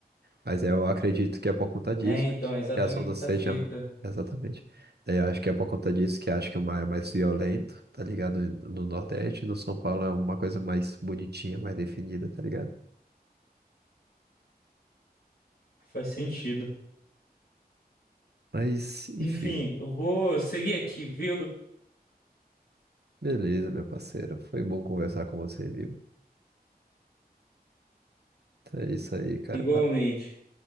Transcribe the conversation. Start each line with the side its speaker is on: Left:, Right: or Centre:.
Right: Mas eu acredito que é por conta disso
Left: é, então,
Right: que
Left: é exatamente
Right: as ondas
Left: essa
Right: sejam.
Left: fita.
Right: Exatamente. Daí Eu acho que é por conta disso que acho que o mar é mais violento, tá ligado? No Nordeste, no São Paulo é uma coisa mais bonitinha, mais definida, tá ligado?
Left: Faz sentido.
Right: Mas, enfim,
Left: Enfim, eu vou seguir aqui, viu?
Right: beleza, meu parceiro. Foi bom conversar com você, viu? Então é isso aí, cara.
Left: Igualmente.
Right: Va-